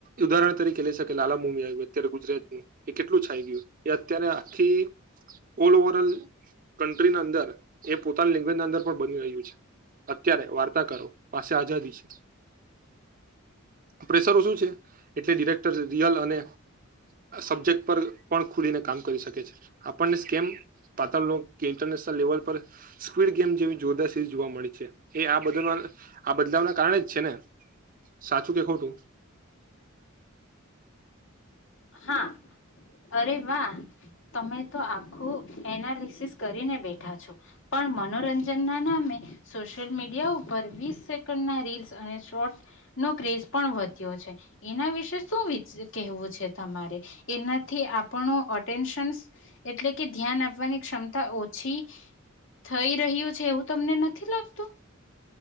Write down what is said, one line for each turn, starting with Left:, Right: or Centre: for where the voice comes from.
Right: ઉદાહરણ તરીકે લે શકે લાલા મુવી આવુ, અત્યારે ગુજરાતનુ એ કેટલું છાઈ ગયું, એ અત્યારે કે ઓલ ઓવર કન્ટ્રી ની અંદર, એ પોતાની લેંગ્વેજ અંદર પણ બની રહ્યું છે. અત્યારે વાર્તા કરો પાસે આઝાદી છે. પ્રેશરો શું છે એટલે ડિરેક્ટર રિયલ અને સબ્જેક્ટ પર પણ ખુલીને કામ કરી શકે છે આપણને સ્કેમ પાતાળ ઇન્ટરને લેવલ પર સ્કવીડ ગેમ જેવી જોરદાર સિરીઝ જોવા મળી છે, એ આ બદ આ બદલાવના કારણે જ છે ને. સાચું કે ખોટું?
Left: હા અરે વાહ તમે તો આખું એનાલિસિસ કરીને બેઠા છો. પણ મનોરંજનના નામે સોશિયલ મીડિયા ઉપર વીસ સેકન્ડના રીલ્સ અને શોર્ટસનો ક્રેઝ પણ વધ વધ્યો છે, એના વિશે શું કેવું છે. તમારે એનાથી આપણું અટેન્શન એટલે કે ધ્યાન આપવાની ક્ષમતા ઓછી પછી થઈ રહ્યો છે એવું તમને નથી લાગતું,